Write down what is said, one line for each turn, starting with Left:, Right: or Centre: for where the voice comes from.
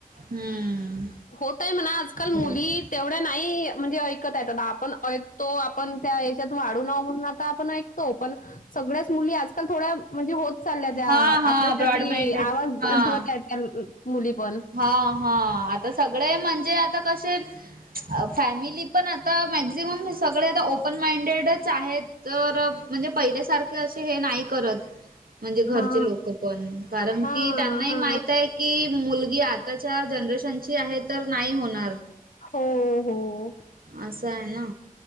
Right: हम्म
Left: होतय म्हणा आजकाल
Right: बरोबर
Left: मुली तेवढ्या नाही म्हणजे ऐकत आहेत आ आपण ऐकतो आपण त्या याच्यात वाढू न म्हणून आता आपण पण सगळ्याच मुली आ. ल थोड्या म्हणजे होत चालल्या त्या
Right: हा हा
Left: आपल्यासाठी
Right: ब्रॉड माइंडेड
Left: आवाज.
Right: हा
Left: उठवत मुली पण.
Right: हा हा आता सगळे म्हणजे आता कसे फॅमिली पण आता मॅक्झिमम सगळे आता ओपन माइंडेडच आहेत. तर म्हणजे पहिल्यासारखे असे हे नाही करत. म्हणजे घरचे
Left: हा
Right: लोक पण कारण
Left: हा
Right: की त्यांनाही
Left: हा
Right: माहित आहे. कि मुलगी आताच्या जनरेशनची आहे तर नाही होणार.
Left: हो हो. हो.
Right: असं आहे ना.